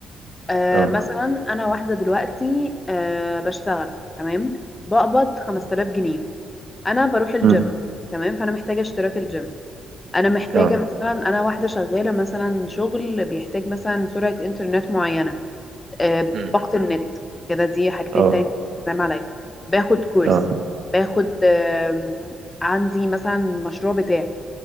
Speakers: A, on the left; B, on the right.
A: آه
B: امم
A: مثلا انا واحده دلوقتي آه بشتغل تمام بقبض 5000 جنيه انا بروح الجيم
B: امم
A: تمام فانا محتاجه اشتراك الجيم انا محتاجه
B: اه
A: مثلا انا واحده شغاله مثلا شغل بيحتاج مثلا سرعه انترنت معينه آه
B: امم
A: باقه النت كده دي حاجتين
B: اه
A: تاني زي ما عليا باخد كورس
B: اه
A: باخد آم، عندي مثلا مشروع بتاعي